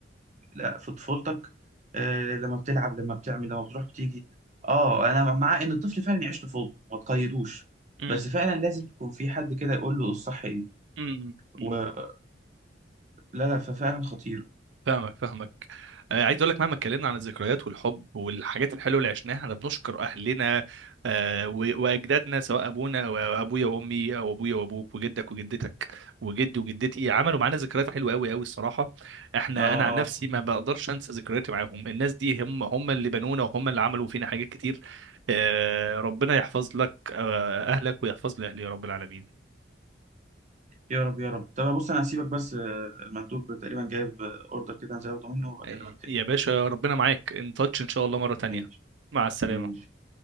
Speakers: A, on the right; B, on the right.
A: لا في طفولتك آه، لما بتلعب لما بتعمل لما بتروح بتيجي اه انا مع ان الطفل فعلا يعيش طفولته ما تقيدوش
B: مم،
A: بس فعلا لازم تكون في حد كده يقول له الصح ايه
B: مم،
A: ولا
B: مم.
A: لا ففعلا خطير
B: فاهمك فاهمك آه، عايز اقول لك مهما اتكلمنا عن الذكريات والحب والحاجات الحلوه اللي عشناها احنا بنشكر اهلنا آه، و- واجدادنا سواء ابونا او أو ابويا وامي او ابويا وابوك وجدك وجدتك وجدي وجدتي عملوا معانا ذكريات حلوه قوي قوي الصراحه احنا
A: اه
B: انا عن
A: اه
B: نفسي ما بقدرش انسى ذكرياتي معاهم الناس دي هم هم اللي بنونا وهم اللي عملوا فينا حاجات كتير آه، ربنا يحفظ لك آه، اهلك ويحفظ لي اهلي يا رب العالمين
A: يا رب يا رب طب بص انا هسيبك بس آه، المندوب تقريبا جايب آه، اوردر كده هنزل اخده منه وبكلمك
B: آه،
A: تاني
B: يا باشا ربنا معاك ان تاتش ان شاء الله مره تانية
A: ماشي
B: مع السلامه
A: ماشي